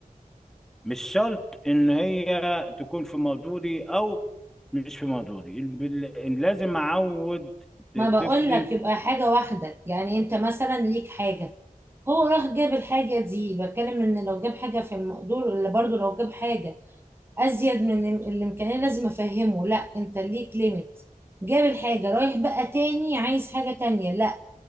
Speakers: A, in the centre; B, on the right.
A: مش شرط ان هي تكون في مقدوري او مش في مقدوري الب- ال- بال- إن لازم اعود
B: ما بقول
A: طفلي
B: لك يبقى حاجة واحدة يعني انت مثلا ليك حاجة هو راح جاب الحاجة دي بتكلم ان لو جاب حاجة في المقدور ولا برضو لو جاب حاجة ازيد من الإم- الامكانية لازم افهمه لا انت ليك ليميت جاب الحاجة رايح بقى تاني عايز حاجة تانية لا